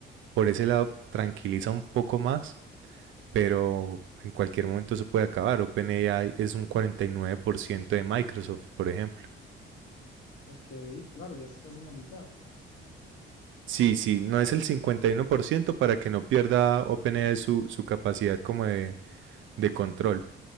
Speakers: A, on the right; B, on the left.
A: Por ese lado, tranquiliza un poco más, pero en cualquier momento se puede acabar. OpenAI es un 49% de Microsoft, por ejemplo.
B: Ok, claro, ya estás casi en la mitad.
A: Sí, sí, no es el 51% para que no pierda OpenAI su, su capacidad como de, de control.